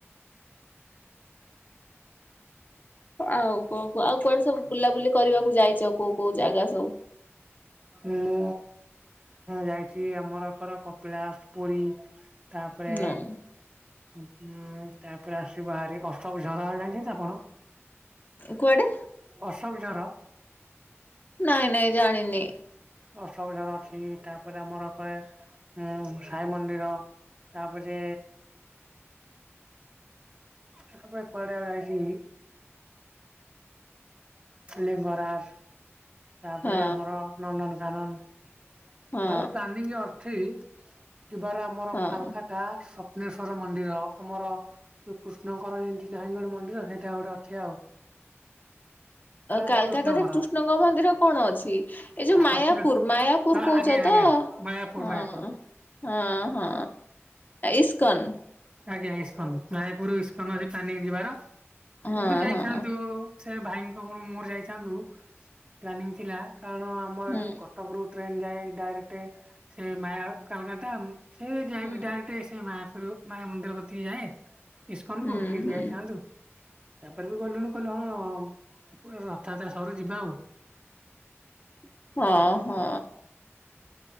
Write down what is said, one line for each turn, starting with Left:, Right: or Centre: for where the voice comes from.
Left: ଆଉ କଣ କୁ ଆଉ କୁଆଡେ ସବୁ ବୁଲାବୁଲି କରିବାକୁ ଯାଇ ଚ଼ କୋଉ କୋଉ ଜାଗା ସବୁ?
Right: ମୁଁ ଯାଇଛି ଆମରର କପିଳାଶ, ପୁରୀ ତାପରେ
Left: ହୁଁ
Right: ହଁ ତାପରେ ଆସିବ ବାହାରି ଅଶୋକ ଝର ଜାଣିଛନ୍ତି ଆପଣ?
Left: କୁଆଡେ?
Right: ଅଶୋକଝର।
Left: ନାଇଁ ନାଇଁ ଜାଣିନି।
Right: ଅଶୋକଝର ଅଛି ତାପରେ ଆମର କରେ ଉଁ ସାଇ ମନ୍ଦିର ତାପରେ ହୁଁ ତାପରେ କୁଆଡ଼େ ଆଉ ଯାଇଛି ଖାଲି ବରା ତାପରେ
Left: ହଁ
Right: ଆମର ନନ୍ଦନକାନନ
Left: ହଁ
Right: ତାପରେ ପ୍ଲାନିଂ ଅଛି ଯିବାର ଆମର
Left: ହଁ।
Right: କାଲକାଟା ସ୍ୱପ୍ନେଶ୍ଵର ମନ୍ଦିର ଆମର ଯୋଉ କୃଷ୍ଣଙ୍କର ଏଠି ନାହିଁ ଗୋଟେ ମନ୍ଦିର ସେଇଟା ଗୋଟେ ଅଛି ଆଉ ରାଧାକୃଷ୍ଣଙ୍କର
Left: କାଲକାଟାରେ କୃଷ୍ଣଙ୍କ ମନ୍ଦିର କଣ ଅଛି? ଏ ଯୋଉ ମାୟାପୁର
Right: ସ୍ୱପ୍ନ
Left: ମାୟାପୁର
Right: ହଁ
Left: କହୁଚ
Right: ଆଜ୍ଞା
Left: ତ?
Right: ଆଜ୍ଞା ମାୟାପୁର
Left: ହଁ
Right: ମାୟାପୁର।
Left: ହଁ ହଁ ଇସ୍କନ୍‌।
Right: ଆଜ୍ଞା ଇସ୍କନ ମାୟାପୁର ଇସ୍କନ ଅଛି ପ୍ଲାନିଂ ଯିବାର
Left: ହଁ
Right: ଏବେ ଯାଇଥାନ୍ତୁ
Left: ହଁ
Right: ସେ ଭାଇଙ୍କ ମୋର ଯାଇଥାନ୍ତୁ ପ୍ଲାନିଂ ଥିଲା କାରଣ ଆମ
Left: ହୁଁ
Right: ଏଠୁ କଟକ ରୁ ଟ୍ରେନ ଯାଇ ଡାଇରେକ୍ଟ ସେ ମାୟା କାଲକାଟା ସେ ଯାଇବି
Left: ହୁଁ
Right: ଡାଇରେକ୍ଟ ସେ ମାଫ୍ରୁରୁ ମାନେ ମନ୍ଦିର କତିକି ଯାଏ ଇସ୍କନ
Left: ହୁଁ
Right: କୁ ସେଇଠି
Left: ହୁଁ
Right: ଯାଇଥାନ୍ତୁ ତାପରେ ବି ଗଲୁନୁ କହିଲୁ ହଁ ପ ରଥଯାତ୍ରା ସରୁ ଯିବା ଆଉ ହ <unintelligible>
Left: ହଁ ହଁ